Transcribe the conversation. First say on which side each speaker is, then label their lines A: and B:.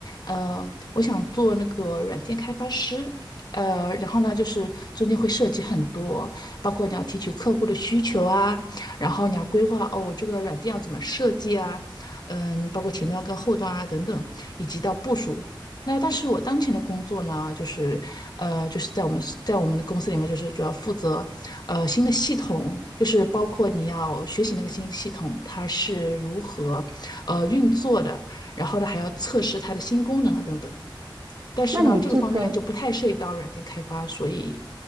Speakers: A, on the left (about 50°); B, on the right (about 40°).
A: 呃，我想做那个软件开发师，呃，然后呢，就是中间会涉及很多，包括你要提取客户的需求啊，然后你要规划哦，我这个软件要怎么设计啊，嗯，包括前端跟后端啊等等，以及到部署。那但是我当前的工作呢，就是呃，就是在我们在我们的公司里面，就是主要负责呃新的系统，就是包括你要学习那个新系统，它是如何呃运作的，然后呢还要测试它的新功能啊等等。但是呢，
B: 那你这个，
A: 这个方面呢就不太涉及到软件开发，所以